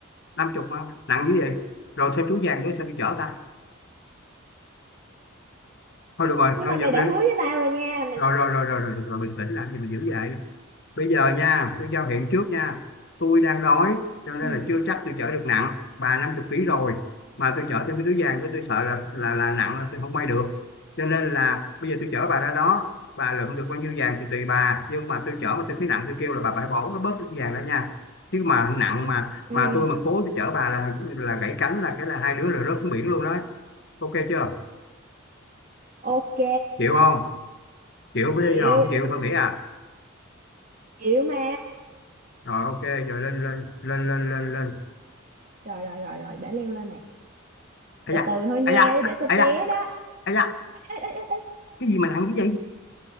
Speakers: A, on the left (about 55°); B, on the right (about 40°).
A: năm chục không nặng như vậy rồi thêm túi vàng nữa sao đi chở ta thôi
B: ừ,
A: được rồi
B: Nhưng
A: thôi
B: mà mày
A: giờ rồi
B: đã hứa với tao rồi nha mình
A: rồi rồi rồi, rồi, được rồi rồi bình tĩnh làm gì mà dữ vậy bây giờ nha tôi giao hẹn trước nha tôi đang đói cho nên
B: ừ,
A: là chưa chắc tôi chở được nặng bà 50 ký rồi mà tôi chở thêm cái túi vàng cái tôi sợ là là là nặng là tôi không bay được cho nên là bây giờ tôi chở bà ra đó bà lượm được bao nhiêu vàng thì tùy bà nhưng mà tôi chở mà tôi thấy nặng tôi kêu là bà phải bỏ nó bớt cái vàng ra nha chứ mà nặng mà
B: ừ,
A: mà tôi mà cố tôi chở bà là là gãy cánh là cái là hai đứa là rớt xuống biển luôn đó ok chưa
B: Ok
A: chịu không chịu mới
B: Chịu
A: đi rồi không chịu thôi nghỉ à
B: Chịu mà
A: rồi ok rồi lên lên lên lên lên lên
B: Rồi rồi rồi rồi để leo lên nè
A: ấy
B: Từ
A: da
B: từ thôi nha
A: ấy da
B: để tao
A: ấy
B: té
A: da
B: đó
A: À dạ,
B: Ê, ê, ê, ê.
A: cái gì mà nặng cái gì?